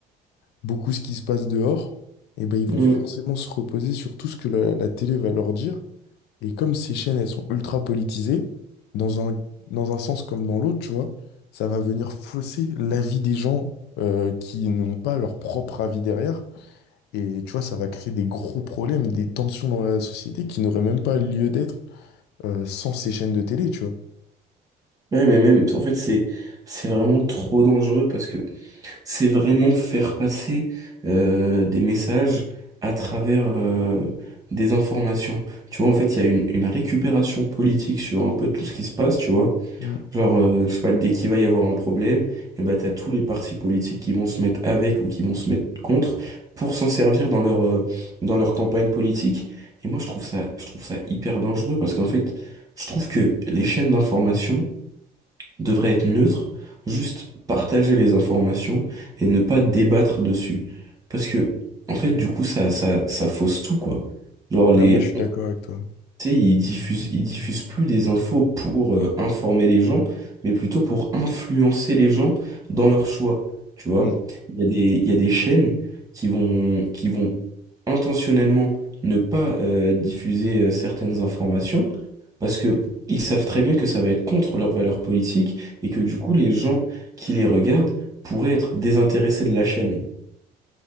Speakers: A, on the left; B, on the right.
A: beaucoup ce qui se passe dehors. Et ben, ils vont
B: Mm.
A: forcément se reposer sur tout ce que la, la télé va leur dire. Et comme ces chaînes, elles sont ultra politisées, dans un, dans un sens comme dans l'autre, tu vois, ça va venir fausser l'avis des gens euh, qui n'ont pas leur propre avis derrière. Et tu vois, ça va créer des gros problèmes, des tensions dans la société qui n'auraient même pas lieu d'être euh, sans ces chaînes de télé, tu vois.
B: Ouais, mais même, en fait, c'est, c'est vraiment trop dangereux parce que c'est vraiment faire passer euh, des messages à travers euh, des informations. Tu vois, en fait, il y a une, une récupération politique sur un peu tout ce qui se passe, tu vois.
A: Mm.
B: Genre, euh, je sais pas, dès qu'il va y avoir un problème, et ben, t'as tous les partis politiques qui vont se mettre avec ou qui vont se mettre contre pour s'en servir dans leur, euh, dans leur campagne politique. Et moi, je trouve ça, je trouve ça hyper dangereux parce qu'en fait, je trouve que les chaînes d'information, devrait être neutre, juste partager les informations et ne pas débattre dessus. Parce que, en fait, du coup, ça, ça, ça fausse tout, quoi. Genre, les,
A: Non, moi, je suis d'accord avec toi.
B: tu sais, ils diffusent, ils diffusent plus des infos pour euh, informer les gens, mais plutôt pour influencer les gens dans leurs choix. Tu vois,
A: Mm.
B: il y a des, il y a des chaînes qui vont, qui vont intentionnellement ne pas euh, diffuser euh, certaines informations parce que ils savent très bien que ça va être contre leurs valeurs politiques et que du coup, les gens qui les regardent pourraient être désintéressés de la chaîne.